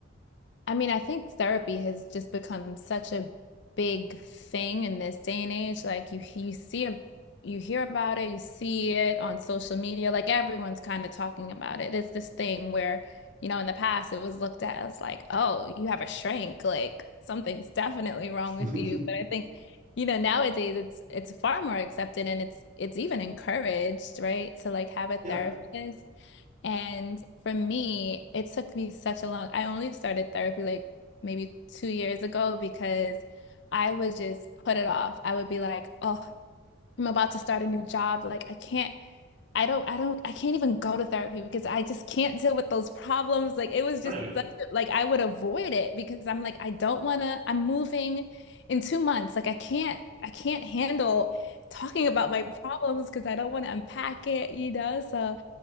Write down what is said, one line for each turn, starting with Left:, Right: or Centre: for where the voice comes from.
Left: I mean, I think therapy has just become such a big thing in this day and age. Like you you see a, you hear about it, you see it on social media, like everyone's kind of talking about it. It's this thing where, you know, in the past it was looked at as like, oh, you have a shrink, like something's definitely wrong
Right: <laughs>
Left: with you. But I think, you know, nowadays it's it's far more accepted and it's it's even encouraged, right? To like have a therapist.
Right: yeah
Left: And for me, it took me such a long, I only started therapy like maybe two years ago because I would just put it off. I would be like, oh, I'm about to start a new job. Like, I can't, I don't, I don't, I can't even go to therapy because I just can't deal with those problems. Like, it was
Right: right
Left: just such, a- like, I would avoid it because I'm like, I don't wanna, I'm moving in two months. Like, I can't, I can't handle talking about my problems because I don't want to unpack it, you know? So,